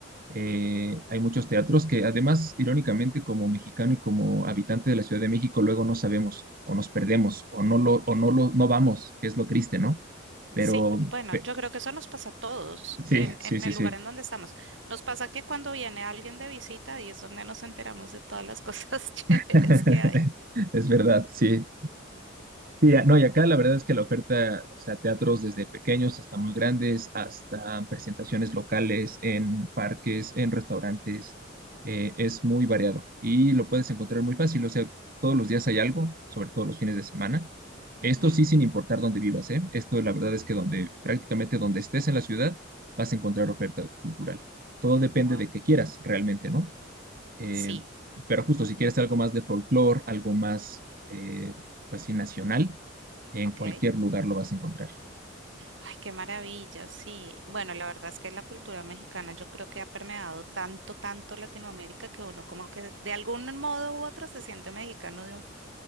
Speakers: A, on the right; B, on the right.
A: Eh,
B: Mm.
A: hay muchos teatros que además, irónicamente, como mexicano y como habitante de la Ciudad de México, luego no sabemos o nos perdemos o no lo, o no lo, no vamos, que es lo triste, ¿no? Pero
B: Sí, bueno,
A: pe-
B: yo creo que eso nos pasa a todos
A: sí,
B: en,
A: sí,
B: en
A: sí,
B: el
A: sí.
B: lugar en donde estamos. Nos pasa que cuando viene alguien de visita y es donde nos enteramos de todas las cosas <laughs> chéveres
A: <laughs>
B: que hay.
A: Es verdad, sí. Sí, a- no, y acá la verdad es que la oferta, o sea, teatros desde pequeños hasta muy grandes, hasta presentaciones locales en parques, en restaurantes, eh, es muy variado y lo puedes encontrar muy fácil, o sea, todos los días hay algo, sobre todo los fines de semana. Esto
B: Ujú.
A: sí sin importar dónde vivas, ¿eh? Esto la verdad es que
B: Wow,
A: donde, prácticamente donde estés en la ciudad, vas a encontrar oferta cultural. Todo depende
B: wow.
A: de qué quieras realmente, ¿no? Eh,
B: Sí,
A: pero justo si quieres algo más de folclore, algo más, eh, pues sí, nacional, en
B: ok.
A: cualquier lugar lo vas a encontrar. <laughs>
B: Ay, qué maravilla, sí. Bueno, la verdad es que la cultura mexicana yo creo que ha permeado tanto, tanto Latinoamérica que uno como que de algún modo u otro se siente mexicano de un, f-